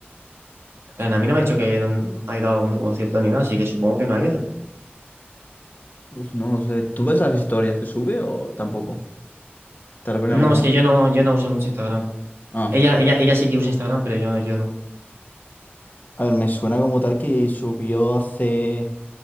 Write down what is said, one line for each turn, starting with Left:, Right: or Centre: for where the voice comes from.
Right: En plan, a mí no me ha dicho que no ha ido a algún concierto ni nada, así que supongo que no ha ido.
Left: Pues no lo sé. ¿Tú ves las historias que sube o tampoco? Tal vez
Right: No,
Left: algún...
Right: es que yo no, yo no uso mucho Instagram.
Left: Ah.
Right: Ella, ella, ella sí que usa Instagram, pero yo, yo no.
Left: A ver, me suena como tal que subió hace...